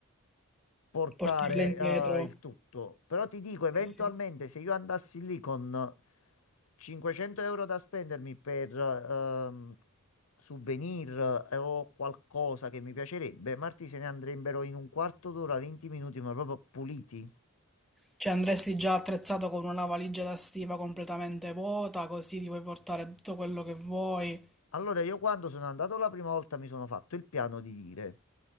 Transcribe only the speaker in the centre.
portarle indietro.
Sì, sì.
Cioè andresti già attrezzato con una valigia da stiva completamente vuota, così ti puoi portare tutto quello che vuoi.